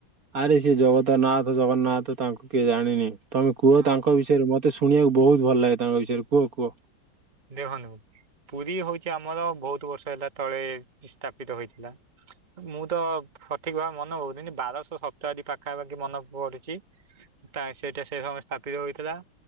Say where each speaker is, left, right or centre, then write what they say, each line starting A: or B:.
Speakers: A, on the right (about 50°); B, on the right (about 25°).
A: ଆରେ ସିଏ ଜଗତନାଥ ଜଗନ୍ନାଥ ତାଙ୍କୁ କିଏ ଜାଣିନି। ତମେ କୁହ
B: ହଁ
A: ତାଙ୍କ ବିଷୟରେ ମୋତେ ଶୁଣିବାକୁ ବହୁତ ଭଲ ଲାଗେ ତାଙ୍କ ବିଷୟରେ କୁହ କୁହ।
B: ଦେଖନ୍ତୁ ପୁରୀ ହଉଛି ଆମର ବହୁତ ବର୍ଷ ହେଲା ତଳେ ସ୍ଥାପିତ ହୋଇଥିଲା। ମୁଁ ତ ସଠିକ ଭାବେ ମନେ ହଉନି। ବାରଶହ ସପ୍ତାଦିରେ ପାଖାପାଖି ମନେ ପଡୁଚି। ସେଇଟା ସେ ସମୟ ସ୍ଥାପିତ ହୋଇଥିଲା।